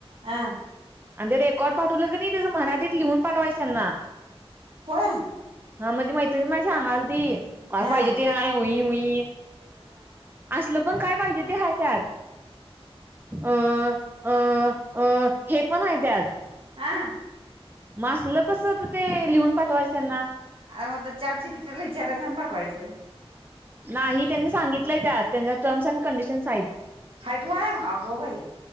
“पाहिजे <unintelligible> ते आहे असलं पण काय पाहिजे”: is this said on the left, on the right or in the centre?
Right